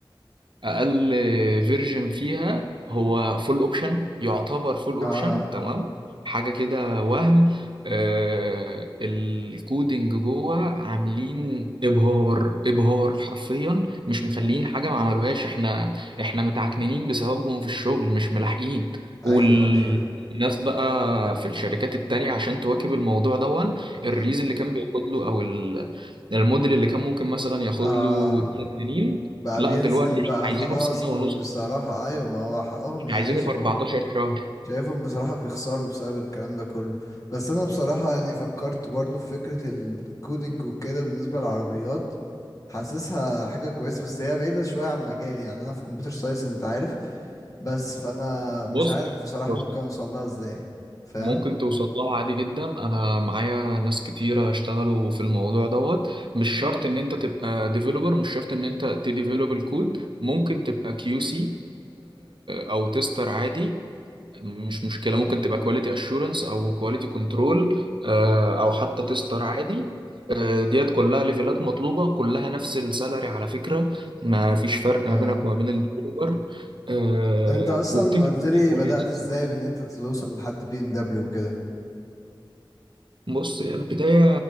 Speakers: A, on the right; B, on the left.
A: اقل فيرجن فيها هو فول اوبشن يعتبر فول اوبشن
B: اه
A: تمام حاجه كده وهم آه الكودينج جوه عاملين ابهار ابهار حرفيا مش مخلين حاجه ما عملوهاش احنا احنا متعكنين بسببهم في الشغل مش ملاحقين والناس
B: ايوه ايوه
A: بقى في الشركات التانية عشان تواكب الموضوع دون
B: امم
A: الريز اللي كان بياخد له او ال- الموديل اللي كان ممكن مثلا ياخد
B: اه
A: له ثلاث سنين
B: بقى
A: لا
B: بينزل
A: دلوقتي
B: بقى
A: عايزينه
B: خلاص
A: في سنة
B: ب-
A: ونص
B: بصراحة ايوه ما هو حقهم
A: احنا
B: يعني
A: عايزينه
B: انا شايفهم
A: في 14 شهر
B: شايفهم بصراحة بيخسروا بسبب الكلام ده كله بس أنا بصراحة يعني فكرت برضو في فكرة الكودينج وكده بالنسبة للعربيات حاسسها حاجة كويسة بس هي بعيدة شوية عن مجالي يعني أنا في كمبيوتر ساينس أنت عارف بس فأنا
A: بص
B: مش عارف بصراحة
A: بص
B: ممكن أوصلها إزاي فاهم
A: ممكن توصل لها عادي جدا انا معايا ناس كتيرة اشتغلوا في الموضوع دوت مش شرط ان انت تبقى ديفلوبر مش شرط ان انت تديفلوب الكود ممكن تبقى كيو سي او تستر عادي مش مشكلة ممكن تبقى كواليتي اشورنس او كواليتي كنترول او حتى تستر عادي آه، ديت كلها ليفلات مطلوبة كلها نفس السالري على فكرة ما فيش فرق ما
B: أه
A: بينك وما بين الاوبر آه،
B: أنت أصلا
A: وبتمشي
B: قلت لي
A: كويس
B: بدأت إزاي بإن أنت توصل لحد بي إم دبليو وكده
A: بص هي البداية